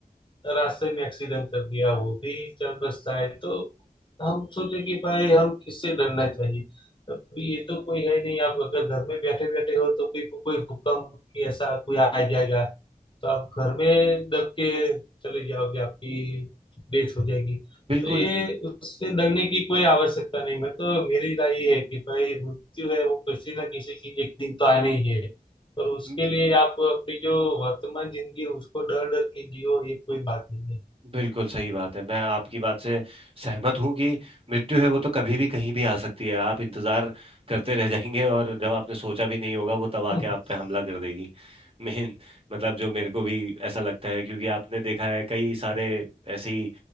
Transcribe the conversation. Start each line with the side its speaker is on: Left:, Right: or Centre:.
Left: रास्ते में एक्सीडेंट कर दिया वो भी चल बसता है तो हम सोचे कि भाई हम किससे डरना चाहिए अभी ये तो कोई है नहीं आप अगर घर में बैठे बैठे हो तो भी को, कोई भूकंप की ऐसा कोई आ जाएगा तो आप घर में दब के चले जाओगे आपकी डेथ हो जाएगी
Right: बिल्कुल
Left: तो ये उससे डरने की कोई आवश्यकता नहीं मैं तो मेरी राय ये है कि भाई मृत्यु है वो किसी ना किसी की एक दिन तो आनी ही है पर उसके
Right: म-
Left: लिए आप अपनी जो वर्तमान जिंदगी है उसको डर डर के जियो ये कोई बात नहीं है
Right: बिल्कुल सही बात है मैं आपकी बात से सहमत हूँ कि मृत्यु है वो तो कभी भी कहीं भी आ सकती है आप इंतजार करते रह जाएंगे और जब आपने सोचा भी नहीं होगा वो तब आके
Left: <laughs>
Right: आप पे हमला कर देगी मेन मतलब जो मेरे को भी ऐसा लगता है क्योंकि आपने देखा है कई सारे ऐसे ही